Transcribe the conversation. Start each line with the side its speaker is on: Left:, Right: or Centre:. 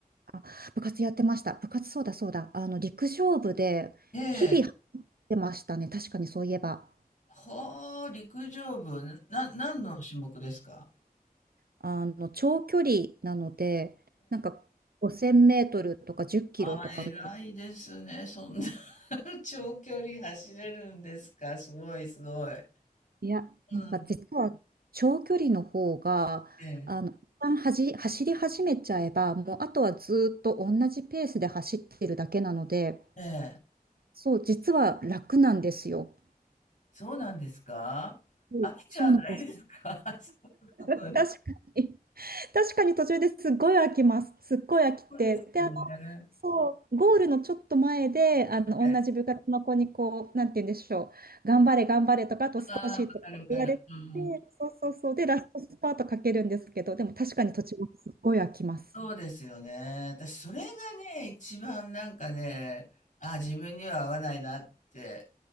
Right: あ、部活やってました。部活そうだそうだ。あの、陸上部で日々入ってましたね。
Left: ええ。
Right: 確かにそういえば。
Left: ほう、陸上部、な、な何の種目ですか
Right: あの長距離なので、なんか5000メートルとか10キロとかの、
Left: ああ、偉いですね。そんな <laughs> 長距離走れるんですかすごい、すごい。
Right: いや、
Left: うん、
Right: なんか実は長距離の方が、
Left: ええ、
Right: あの、一旦はじ、走り始めちゃえば、もうあとはずーっと同じペースで走ってるだけなので、
Left: ええ。
Right: そう、実は楽なんですよ。
Left: そうなんですか飽きちゃわないですか
Right: うんそうなんです。
Left: <laughs> そういうこと
Right: 確かに、確かに途中ですっごい飽きます。すっごい飽きて。
Left: そうですよね。
Right: でそう、ゴールのちょっと前で、あの、
Left: ええ
Right: 同じ部活の子にこう、なんて言うんでしょう、頑張れ、頑張れとか、あと少しとか言われて、
Left: ああ、わかるわかる。うん、うん。
Right: そうそうそう、で、ラストスパートかけるんですけど、でも確かに途中もすっごい飽きます。
Left: そうですよね。私、それがね、一番なんかね、あ、自分には合わないなって